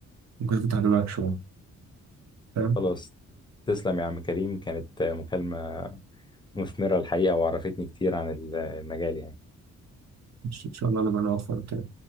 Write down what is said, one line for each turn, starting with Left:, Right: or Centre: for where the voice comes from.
Right: ممكن تفتح دماغك شوية فاهم
Left: خلاص تسلم يا عم كريم كانت مكالمه مثمرة الحقيقة وعرفتني كتير عن ال- المجال يعني
Right: إن شاء الله نبقى نوفر تاني